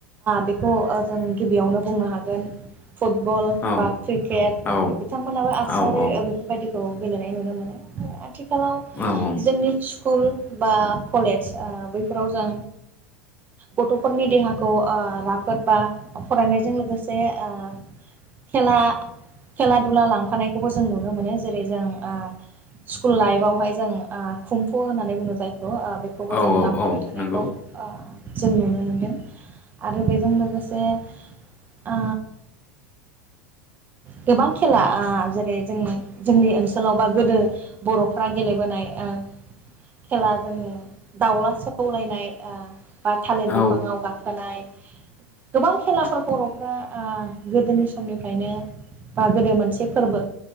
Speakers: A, on the right; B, on the left.
A: बेखौ जों गिबियावनो बुंनो हागोन। फुटबल
B: औ
A: बा क्रिकेट आरो
B: औ
A: बिदि नोंथां मोनाबो आसार
B: औ औ
A: बेफोर बाय‌ दिखौ गेलेनाय नुनो मोनो आरो आथिखालाव
B: औ
A: जोंनि स्कुल बा कलेज अ बैफोराव जों गथ'फोरनि देहाखौ अ राफोद बा फरायनायजों लोगोसे अ खेला खेला थुला लांफानायखौबो जों नुनो मोनो जेरै जों अ स्कुल लाइफआवहाय जों अ खुम्फु होननानै बुङो जाय खौ अ बेखौबो
B: औ
A: जों
B: औ
A: लांफाबाय
B: औ
A: थानायखौ
B: नंगौ
A: अ जों नुनो मोनदों आरो बेजों लोगोसे अ गोबां खेला आ जेरै जों जोंनि ओनसोलाव बा गोदो बर'फ्रा गेलेबोनाय ओ खेला जोङो दाउला सौलायनाय ओ बा थालिर
B: औ
A: बिफाङाव गाखोनाय गोबां खेलाफोरखौ बर' फ्रा आ गोदोनि समनिफ्रायनो बा गोदो मोनसे फोरबो